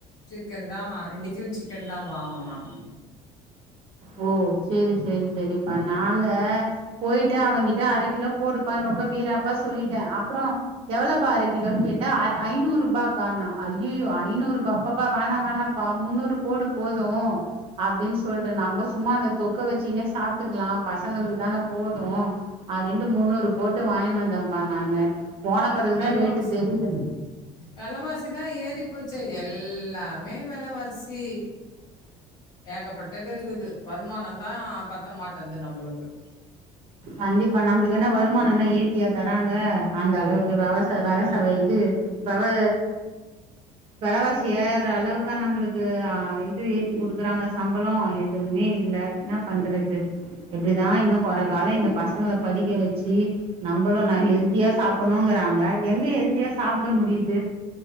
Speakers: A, on the left (about 30°); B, on the right (about 45°).
A: சிக்கன் தா இன்னைக்கு சிக்கன் தா வாங்கணு நானு
B: ஓ சேரி சேரி சேரிப்பா நாங்க போயிட்டு அவங்கிட்ட அரை கிலோ போடுப்பா ரொம்ப வீராப்பா சொல்லிட்ட அப்புற எவ்ளப்பா அரை கிலோ கேட்டா ஐநூறு ரூபாக்கான அய் யோ ஐநூறு அப்பப்பா வேண வேண முன்னூறு போடு போது அப்டின்னு சொல்லிட்டு நம்ம சும்மா அத தொக்க வச்சினே சாப்பிட்டுக்கலா பசங்களுக்கு தானே போது அப்டினுட்டு முன்னூறு போட்டு வாங்கனு வந்தன்ப்பா நானு போன பிறகுதா
A: வெலவாசி
B: ரேட்டு தெரியுது
A: வெலைவாசிதா ஏறி போச்சே எல் எல்லாமே விலவார்சி ஏகப்பட்டது இருக்குது வருமான தா பத்த மாட்டேந்து நம்மளுக்கு
B: கண்டிப்பா நம்மளுக்கு என்ன வருமானம்னா ஏத்தியா தராங்க அந்த அளவுக்கு இப்ப பாவாச பாலசவ
A: ம்
B: இது பாவா வேலவாசி ஏற அளவுக்கா நம்மளுக்கு ஆஹ இது ஏத்தி குடுக்குறாங்க சம்பளோ எதுவுமே இல்ல என்ன பண்றது எப்டிதா இன்னு கொற வேல இந்த பசங்கள படிக்க வச்சி நம்மளு நா ஹெல்த்தியா சாப்பிடணுங்கிறாங்க எங்க ஹெல்த்தியா சாப்பிட முடியுது